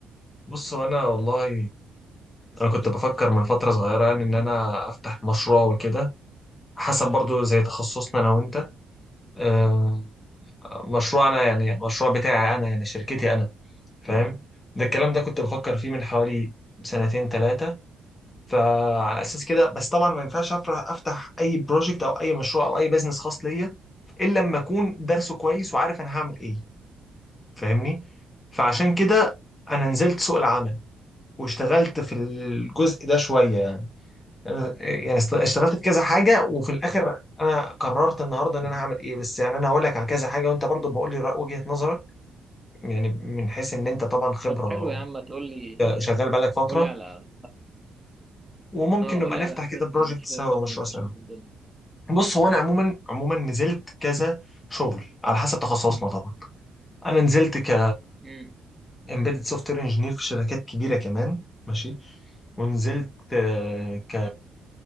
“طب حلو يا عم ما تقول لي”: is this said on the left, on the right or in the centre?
Centre